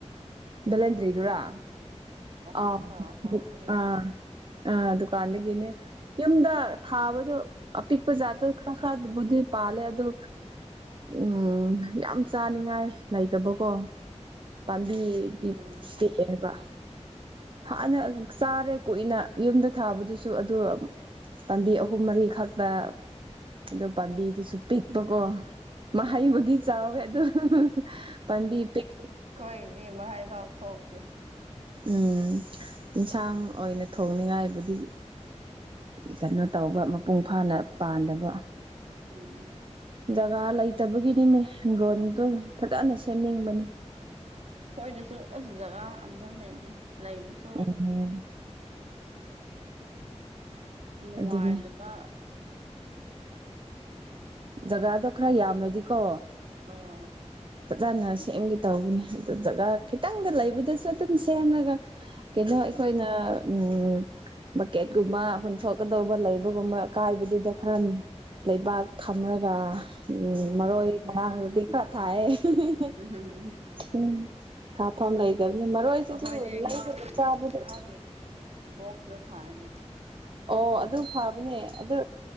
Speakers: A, on the right; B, on the right.
A: ꯕꯦꯂꯦꯟꯗꯔꯤꯗꯨꯔꯥ ꯑꯥꯎ
B: ꯅꯪꯅ ꯍꯧꯕꯒꯤꯔꯣ
A: ꯑ ꯑ ꯗꯨꯀꯥꯟꯗꯒꯤꯅꯦ ꯌꯨꯝꯗ ꯊꯥꯕꯗꯣ ꯑꯄꯤꯛꯄ ꯖꯥꯠꯇꯣ꯫ ꯈꯔ ꯈꯔ ꯕꯨꯗꯤ ꯄꯥꯂꯦ ꯑꯗꯨ ꯑꯥ ꯎꯝ ꯌꯥꯝ ꯆꯥꯅꯤꯡꯉꯥꯏ ꯂꯩꯇꯕꯀꯣ꯫ ꯄꯥꯝꯕꯤꯗꯤ
B: ꯎꯝ
A: ꯄꯤꯛꯑꯦꯕ꯫ ꯍꯥꯟꯅ ꯆꯥꯔꯦ ꯀꯨꯏꯅ ꯌꯨꯝꯗ ꯊꯥꯕꯗꯨꯁꯨ ꯑꯗꯨ ꯄꯥꯝꯕꯤ ꯑꯍꯨꯝ ꯃꯔꯤ ꯈꯛꯇ ꯑꯗꯣ ꯄꯥꯝꯕꯤꯗꯨꯁꯨ ꯄꯤꯛꯄꯀꯣ꯫ ꯃꯍꯩꯕꯨꯗꯤ
B: ꯎꯝ
A: ꯆꯥꯎꯋꯦ ꯑꯗꯨ ꯍꯥ ꯍꯥ ꯍꯥ ꯄꯥꯟꯕꯤ ꯄꯤꯛ
B: ꯈꯣꯏ ꯏꯕꯦꯝꯃ ꯍꯥꯏ ꯐꯥꯎ ꯊꯣꯛꯇꯦ꯫
A: ꯎꯝ ꯏꯟꯁꯥꯡ ꯑꯣꯏꯅ ꯊꯣꯡꯅꯤꯉꯥꯏꯕꯨꯗꯤ ꯀꯩꯅꯣ ꯇꯧꯕ ꯃꯄꯨꯡ ꯐꯥꯅ ꯄꯥꯟꯗꯕ꯫
B: ꯎꯝ
A: ꯖꯒꯥ ꯂꯩꯇꯕꯒꯤꯅꯤꯅꯦ ꯍꯤꯡꯒꯣꯟꯗꯣ ꯐꯖꯅ ꯁꯦꯝꯅꯤꯡꯕꯅꯤ꯫
B: ꯑꯈꯣꯏꯗꯁꯨ ꯑꯁ ꯖꯒꯥ ꯑꯝꯇ ꯂꯩꯇꯦ ꯂꯩꯕꯁꯨ꯫
A: ꯎꯟ ꯍꯨꯝ
B: ꯅꯨꯡꯉꯥꯏꯗꯕ
A: ꯑꯗꯨꯅꯤ ꯖꯒꯥꯗꯣ ꯈꯔ ꯌꯥꯝꯔꯗꯤꯀꯣ
B: ꯑꯥ
A: ꯐꯖꯅ ꯁꯦꯝꯒꯦ ꯇꯧꯕꯅꯦ ꯑꯗꯨ ꯖꯒꯥ ꯈꯤꯇꯪꯗ ꯂꯩꯕꯗꯁꯨ ꯑꯗꯨꯝ ꯁꯦꯝꯔꯒ ꯀꯩꯅꯣ ꯑꯩꯈꯣꯏꯅ ꯎꯝ ꯕꯛꯀꯦꯠꯀꯨꯝꯕ ꯍꯨꯟꯊꯣꯛꯀꯗꯧꯕ ꯂꯩꯕꯒꯨꯝꯕ ꯀꯥꯏꯕꯗꯨꯗ
B: ꯑꯥ
A: ꯈꯔ ꯂꯩꯕꯥꯛ ꯊꯝꯔꯒ ꯎꯝ
B: ꯑꯥ
A: ꯃꯔꯣꯏ ꯃꯔꯥꯡꯗꯨꯗꯤ ꯈꯔ ꯈꯥꯑꯦ ꯍꯤ ꯍꯤ ꯍꯤ
B: ꯎꯝ ꯍꯨꯝ ꯍꯨꯝ ꯍꯨꯝ
A: ꯎꯝ ꯊꯥꯐꯝ ꯂꯩꯇꯕꯅꯤ ꯃꯔꯣꯏꯁꯤꯁꯨ
B: ꯑꯩꯈꯣꯏꯗꯤ
A: ꯂꯩꯗꯅ
B: ꯉꯥꯒꯤ
A: ꯆꯥꯕꯗ
B: ꯉꯥꯒꯤ ꯕꯣꯛꯁꯇ ꯊꯥꯏ ꯑꯗꯨꯝ
A: ꯑꯣ ꯑꯗꯨ ꯐꯕꯅꯦ ꯑꯗꯨ